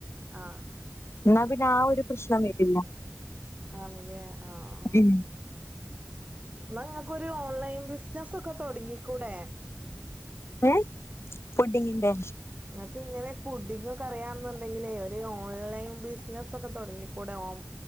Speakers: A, on the right; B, on the left.
A: ആഹ്
B: ഇന്നാ പിന്നെ ആ ഒരു പ്രശ്നം വരില്ല
A: ആണിലെ ആഹ്
B: ഉം
A: ആഹ് ഇന്നാ ഇങ്ങക്കൊരു ഓൺലൈൻ ബിസിനസൊക്കെ തൊടങ്ങിക്കൂടെ
B: ഏഹ് പുഡിങ്ങിന്റെ
A: ഇങ്ങക്ക് ഇങ്ങനെ പുഡിങ്ങൊക്ക അറിയാന്നുണ്ടെങ്കിലേ ഒരു ഓൺലൈൻ ബിസ് നസൊക്കെ തൊടങ്ങി കൂടെ ഹോം